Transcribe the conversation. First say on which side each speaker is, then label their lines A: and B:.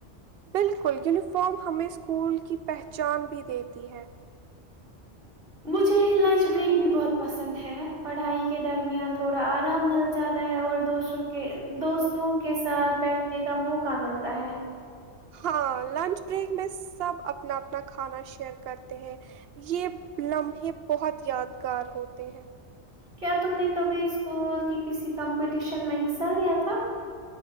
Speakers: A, on the right; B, on the right.
A: بالکل یونیفارم ہمیں اسکول کی پہچان بھی دیتی ہے
B: مجھے لنچ بریک بھی بہت پسند ہے پڑھائی کے درمیان تھوڑا آرام مل جاتا ہے اور دوستوں کے دوستوں کے ساتھ بیٹھنے کا موقع ملتا ہے
A: ہاں لنچ بریک میں سب اپنا اپنا کھانا شیئر کرتے ہیں یہ لمحے بہت یادگار ہوتے ہیں
B: کیا تم نے کبھی اسکول کی کسی کمپٹیشن میں حصہ لیا تھا